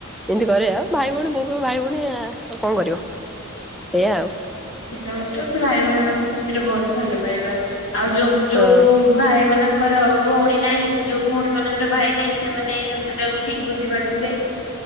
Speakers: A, in the centre; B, on the left (about 65°).
A: ଏମିତି କରେ ଆଉ ଭାଇ ଭଉଣୀ ବୋଉ ଭାଇ ଭଉଣୀଉ କଣ କରିବ ଏଇଆ ଆଉ।
B: ସେଇଟା ହଉଛି ମୋ ଭାଇ ଭଉଣୀ ମ ସେଥିରେ ବହୁତ ଭଲ ପାଇବା ଆଉ ଯୋଉ ଯୋଉ
A: ହଁ।
B: ଭାଇ ମାନଙ୍କର ଭଉଣୀ ନାହିଁ ଯୋଉ ଭଉଣୀ ମାନଙ୍କର ଭାଇ ନାହିଁ ସେମାନେ ଏଇ ଜିନିଷ ଟାକୁ ଠିକ ବୁଝି ପାରୁଥିବେ।